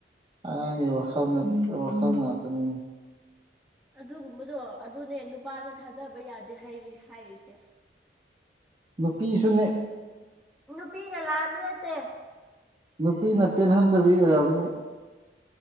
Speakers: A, on the right; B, in the centre.
A: ꯑꯉꯥꯡꯒꯤ ꯋꯥꯈꯜꯅ ꯋꯥꯈꯜ ꯉꯥꯛꯇꯅꯤꯅꯦ
B: ꯑꯗꯨꯒꯨꯝꯕꯗꯣ ꯑꯗꯨꯅꯦ ꯅꯨꯄꯥꯁꯦ ꯊꯥꯖꯕ ꯌꯥꯗꯦ ꯍꯥꯏꯔꯤ ꯍꯥꯏꯔꯤꯁꯦ꯫
A: ꯅꯨꯄꯤꯁꯨꯅꯦ
B: ꯅꯨꯄꯤꯅ ꯂꯥꯟꯕꯅꯠꯇꯦ꯫
A: ꯅꯨꯄꯤꯅ ꯄꯦꯟꯍꯟꯗꯕꯤ ꯑꯣꯏꯔꯝꯅꯤ꯫